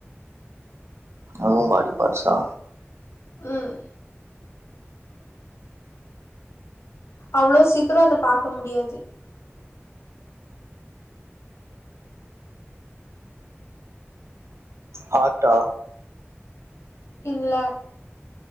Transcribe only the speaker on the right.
அதும் பாடி பாட்ஸா
ஹார்ட்டா